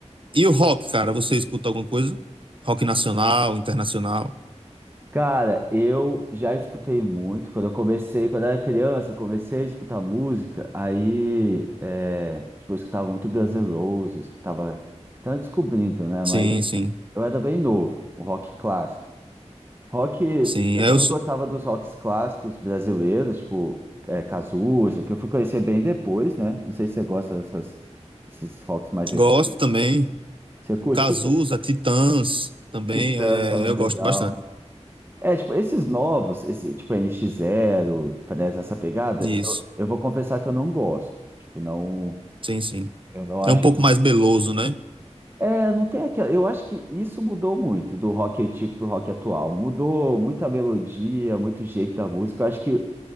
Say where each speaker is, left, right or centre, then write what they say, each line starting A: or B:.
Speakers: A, on the right (about 45°); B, on the right (about 20°).
A: E o rock, cara, você escuta alguma coisa? Rock nacional, internacional?
B: Cara, eu já escutei muito. Quando eu comecei, quando eu era criança, eu comecei a escutar música. Aí, é, tipo, eu escutava muito Guns N' Roses, que tava, tava descobrindo, né?
A: Sim,
B: Mas
A: sim,
B: eu era bem novo, o rock clássico. Rock,
A: sim.
B: eu
A: Eu
B: também
A: sou-
B: gostava dos rocks clássicos brasileiros, tipo, é, Cazuza, que eu fui conhecer bem depois, né? Não sei se você gosta dessas, desses rocks mais antigos.
A: gosto também.
B: Você curte?
A: Cazuza,
B: Porque
A: Titãs também,
B: Titãs
A: é,
B: também
A: eu
B: é
A: gosto
B: legal.
A: bastante
B: É, tipo, esses novos, esse, tipo, N NX Zero, Fresno, essa pegada,
A: disso.
B: eu, eu vou confessar que eu não gosto. Tipo, não,
A: Sim, sim.
B: eu não
A: É
B: acho
A: um pouco
B: muito.
A: mais meloso, né?
B: É, não tem aquela. Eu acho que isso mudou muito do rock antigo pro rock atual. Mudou muita melodia, muito jeito da música. Eu acho que